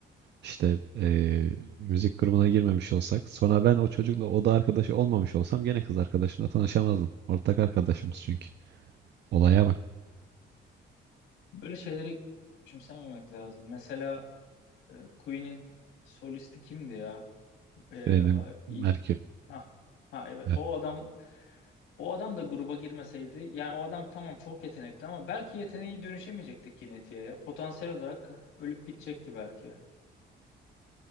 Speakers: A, on the right (about 60°); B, on the left (about 85°).
A: İşte eee, müzik grubuna girmemiş olsak, sonra ben o çocukla oda arkadaşı olmamış olsam gene kız arkadaşımla tanışamazdım. Ortak arkadaşımız çünkü. Olaya bak.
B: Böyle şeyleri küçümsememek lazım. Mesela e, Queen'in solisti kimdi ya? E,
A: Freddie
B: a-
A: Mercury.
B: i- ha, ha evet.
A: E-
B: O adam o adam da gruba girmeseydi yani o adam tamam çok yetenekli ama belki yeteneği dönüşemeyecekti Kineti'ye ya. Potansiyel olarak ölüp gidecekti belki.